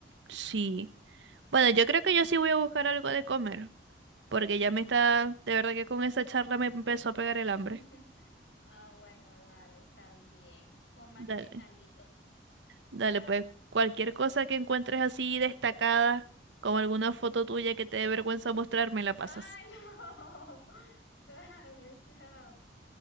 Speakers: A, on the right; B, on the left.
A: Sí. Bueno, yo creo que yo sí voy a buscar algo de comer, porque ya me está, de verdad que con esa charla me empezó a pegar el hambre.
B: <laughs> Ah, bueno, dale, está bien. Cómase
A: Dale,
B: alguito.
A: dale,
B: Chao.
A: pues cualquier cosa que encuentres así destacada, como alguna foto tuya que te dé vergüenza mostrar, me la pasas.
B: Ay, no. <laughs> Dale, chao.